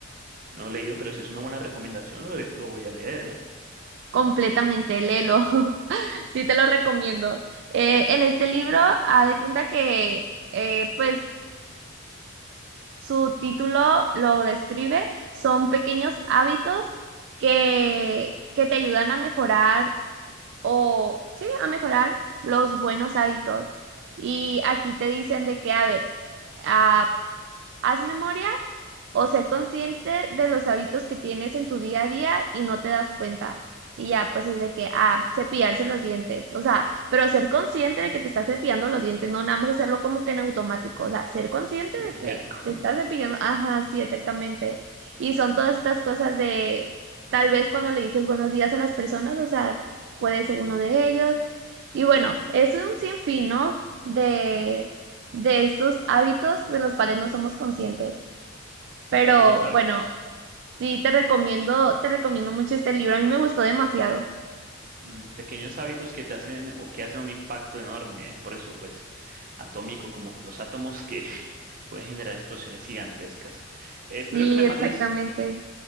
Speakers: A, on the right; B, on the right.
A: No lo he leído, pero si es una buena recomendación, lo, le- lo voy a leer, ¿eh?
B: completamente, léelo. <laughs> Sí te lo recomiendo. Eh, en este libro, haz de cuenta que, eh, pues, su título lo describe. Son pequeños hábitos que, que te ayudan a mejorar o sí, a mejorar los buenos hábitos. Y aquí te dicen de que, a ver, ah, haz memoria o sé consciente de los hábitos que tienes en tu día a día y no te das cuenta. Y ya, pues es de que, ah, cepillarse los dientes. O sea, pero ser consciente de que te estás cepillando los dientes, no nada más hacerlo como que en automático. O sea, ser consciente
A: Mecánico.
B: de que te
A: <laughs>
B: estás cepillando. Ajá, sí, exactamente. Y son todas estas cosas de, tal vez cuando le dices buenos días a las personas, o sea, puede ser uno de ellos, y bueno, es un sinfín, ¿no? De, de estos hábitos de los cuales no somos conscientes. Pero
A: Pequeños hábitos.
B: bueno, sí te recomiendo, te recomiendo mucho este libro. A mí me gustó demasiado.
A: Mm, Pequeños hábitos que te hacen o que hacen un impacto enorme, ¿eh? Por eso, pues, atómico, como los átomos que <laughs> pueden generar explosiones gigantescas. Eh,
B: Sí,
A: Espero que me mandes
B: exactamente.